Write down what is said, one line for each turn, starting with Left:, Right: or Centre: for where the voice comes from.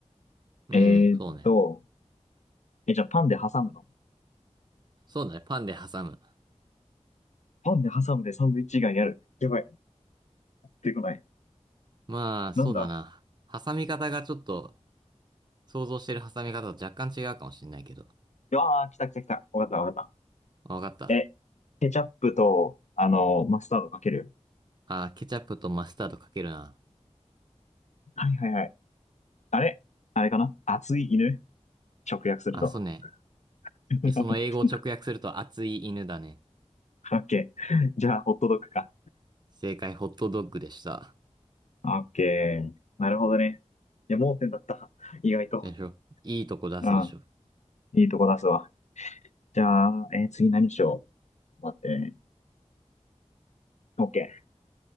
Right: うん、
Left: えーっと、
Right: そうね。
Left: え、じゃあパンで挟むの
Right: そうだね、パンで挟む。
Left: パンで挟むでサンドイッチ以外やる。やばい。出てこない。
Right: まあ、そうだな。
Left: なんだ
Right: 挟み方がちょっと、想像してる挟み方と若干違うかもしんないけど。
Left: ああー、来た来た来た。わかったわかっ
Right: あわかった。
Left: た。え、ケチャップと、あの、マスタードかける。
Right: あ、ケチャップとマスタードかけるな。
Left: はいはいはい。あれあれかな熱い犬直訳すると。
Right: あ、そうね。
Left: <laughs>
Right: え、その英語を直訳すると熱い犬だね。
Left: オッケー。じゃあ、ホットドッグか。
Right: 正解、ホットドッグでした。
Left: オッケー。なるほどね。いや、盲点だった。<laughs> 意外と。
Right: でしょいいとこ出すでしょ
Left: うんいいとこ出すわ。じゃあ、えー次何しよう。待ってね。オッケ